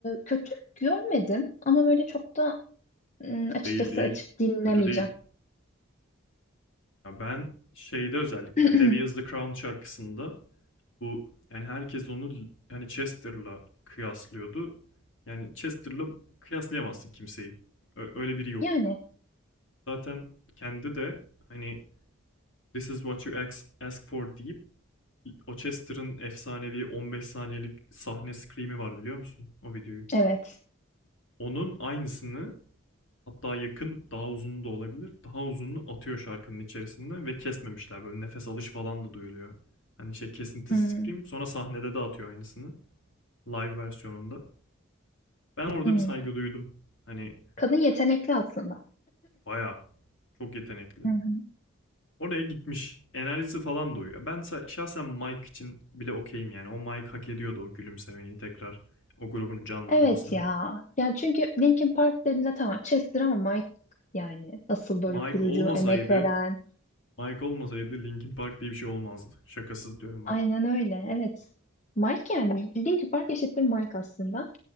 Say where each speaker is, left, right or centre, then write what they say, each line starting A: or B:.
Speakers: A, on the left (about 35°); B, on the left (about 65°).
A: kötü görmedim. Ama böyle çok da hmm, açıkçası
B: Değil değil.
A: açıp dinlemeyeceğim.
B: Kötü değil. Ya ben şeyde özellikle
A: <clears throat>
B: Heavy is the Crown şarkısında Bu yani herkes onu yani Chester'la kıyaslıyordu. Yani Chester'la kıyaslayamazsın kimseyi. Ö- öyle biri yok.
A: Yani
B: Zaten kendi de hani This is what you ask, ask for deyip o Chester'ın efsanevi 15 saniyelik sahne scream'i var biliyor musun o videoyu?
A: evet.
B: Onun aynısını hatta yakın daha uzun da olabilir. Daha uzununu atıyor şarkının içerisinde ve kesmemişler böyle nefes alış falan da duyuluyor. Hani şey kesintisiz
A: Hmm,
B: scream sonra sahnede de atıyor aynısını. live versiyonunda. Ben orada
A: hmm.
B: bir saygı duydum. Hani
A: Kadın yetenekli aslında.
B: baya çok yetenekli.
A: Hı hı.
B: Oraya gitmiş. Enerjisi falan da uyuyor. Ben sa- şahsen Mike için bile okeyim yani. O Mike hak ediyordu o gülümsemeyi tekrar. O grubun canlanmasını.
A: Evet ya. Ya çünkü Linkin Park dediğinde tamam Chester ama Mike yani asıl böyle
B: Mike
A: kurucu,
B: olmasaydı,
A: emek veren.
B: Mike olmasaydı Linkin Park diye bir şey olmazdı. Şakasız diyorum bak.
A: Aynen öyle. Evet. Mike yani. Linkin Park eşittir Mike aslında.